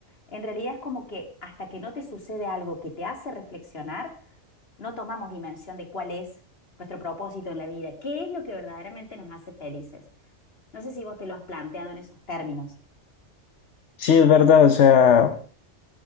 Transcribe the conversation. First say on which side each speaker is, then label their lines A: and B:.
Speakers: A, on the left (about 55°); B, on the left (about 75°).
A: en realidad es como que hasta que no te sucede algo que te hace reflexionar, no tomamos dimensión de cuál es nuestro propósito en la vida, qué es lo que verdaderamente nos hace felices. No sé si vos te lo has planteado en esos términos.
B: Sí, es verdad, o sea.